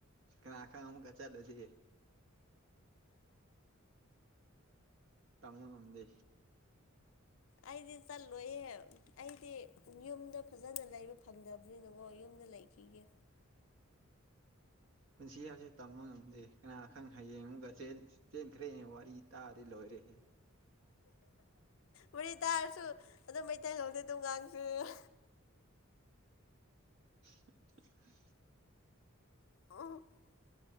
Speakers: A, on the right; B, on the left.
A: ꯀꯅꯥꯀꯪ ꯑꯃꯨꯛꯀ ꯆꯠꯂꯗꯤ ꯇꯝꯕ ꯉꯝꯗꯦ
B: ꯑꯩꯗꯤ ꯆꯠꯂꯣꯏꯌꯦ ꯑꯩꯗꯤ ꯌꯨꯝꯗ ꯐꯖꯅ ꯂꯩꯕ ꯐꯪꯗꯕꯅꯤꯅꯀꯣ ꯌꯨꯝꯗ ꯂꯩꯈꯤꯒꯦ
A: ꯄꯨꯟꯁꯤ ꯍꯥꯏꯁꯦ ꯇꯝꯕ ꯉꯝꯗꯦ ꯀꯅꯥꯈꯪ ꯍꯌꯦꯡ ꯑꯃꯒꯦ ꯆꯦꯟꯈ꯭ꯔꯦꯍꯦ ꯋꯥꯔꯤ ꯇꯥꯔꯗꯤ ꯂꯣꯏꯔꯦꯍꯦ
B: ꯋꯥꯔꯤ ꯇꯥꯔꯁꯨ ꯑꯗꯨꯝ ꯃꯩꯇꯩꯂꫭꯜꯗꯤ ꯑꯗꯨꯝ ꯉꯥꯡꯁ°
A: <unintelligible>
B: <unintelligible>